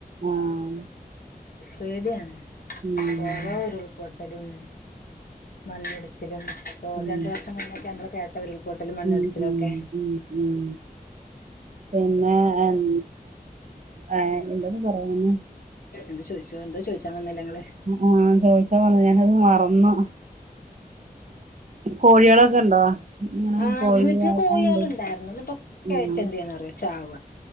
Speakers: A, on the right (about 50°); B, on the left (about 65°).
A: ആഹ്
B: പേടിയാണ്
A: ഉം
B: ഓരോ ഉരുൾപൊട്ടലും മണ്ണിടിച്ചിലും ഇപ്പോ
A: ഉം
B: രണ്ടു വർഷം മുമ്പൊക്കെ അമ്മള് കേട്ടത് ഉരുൾ പൊട്ടലും മണ്ണിടിച്ചിലുംക്കെ
A: ഉം ഉം ഉം ഉം പിന്നെ എൻ ഏഹ് എന്തോന്ന് പറയാൻ വന്നെ
B: എന്ത് ചോയിച്ചോ എന്തോ ചോയി ച്ചാ വന്നല്ലെ ഇങ്ങള്
A: ആഹ് ചോയിച്ച വന്ന് ഞാനത് മറന്നു കോഴിയളൊക്കെണ്ടൊ ഇങ്ങനെ-
B: ആ
A: കോഴി
B: വീട്ടില്
A: ആഹ്
B: കോയിയള്ണ്ടായിരുന്നുന്നിട്ട്
A: ഉണ്ട്
B: ഒക്കായിറ്റ്
A: ഉം
B: എന്തേന്നറിയൊ ചാവ